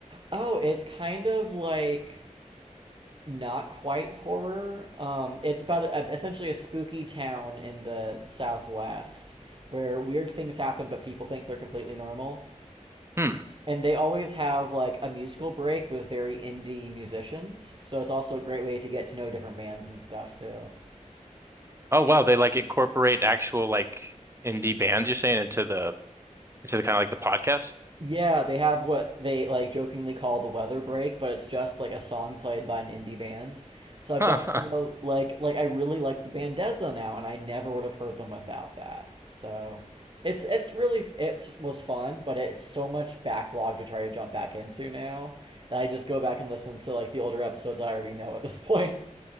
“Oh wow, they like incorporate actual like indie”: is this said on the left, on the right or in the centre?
Right